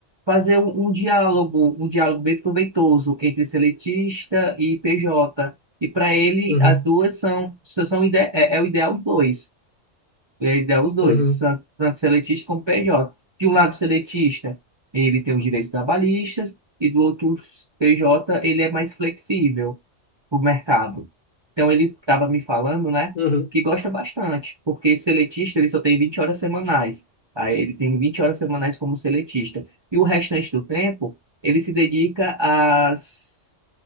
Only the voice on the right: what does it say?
fazer um, um diálogo, um diálogo bem proveitoso entre seletista e PJ. E para ele,
as duas são, são são ide é, é o ideal os dois. É o ideal os dois,
tanto tanto seletista como PJ. De um lado, o seletista, ele tem os direitos trabalhistas, e do outro, o PJ, ele é mais flexível para o mercado. Então, ele estava me falando, né,
que gosta bastante, porque seletista, ele só tem 20 horas semanais. Aí, ele tem 20 horas semanais como seletista. E o restante do tempo, ele se dedica às